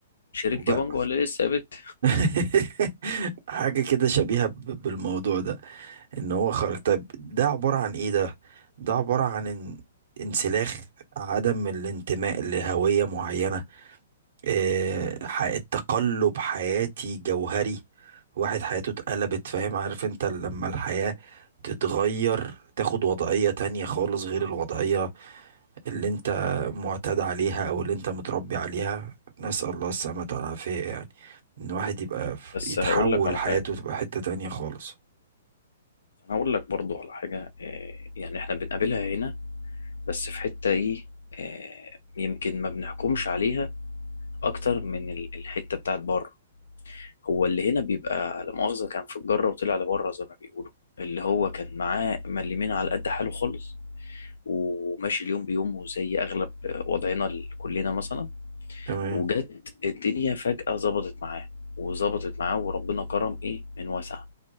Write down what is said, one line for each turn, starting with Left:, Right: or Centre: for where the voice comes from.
Left: شربت
Right: وبقى
Left: بانجو ولا لسه يا بت
Right: <laughs> حاجة كده شبيهة ب- بالموضوع ده ان هو خرج طيب ده عبارة عن ايه ده ده عبارة عن ان انسلاخ عدم الانتماء لهوية معينة إيه تقلب حياتي جوهري واحد حياته اتقلبت فاهم عارف انت لما الحياة تتغير تاخد وضعية تانية خالص غير الوضعية اللي انت معتاد عليها او اللي انت متربي عليها نسأل الله السلامة والعافية يعني ان الواحد يبقى في-
Left: بس
Right: يتحول
Left: هقول لك على
Right: حياته
Left: حاجة
Right: تبقى حتة تانية خالص
Left: انا هقول لك برضو على حاجة آه، يعني احنا بنقابلها هنا بس في حتة ايه آه، يمكن ما بنحكمش عليها اكتر من ال- الحتة بتاعت بره هو اللي هنا بيبقى لا مؤاخذة كان في الجرة وطلع لبره زي ما بيقولوا اللي هو كان معاه مليمين على قد حاله خالص وماشي اليوم بيومه زي اغلب آه، وضعنا ال- كلنا مثلا
Right: تمام
Left: وجت الدنيا فجأة ظبطت معاه وظبطت معاه وربنا كرم ايه من واسع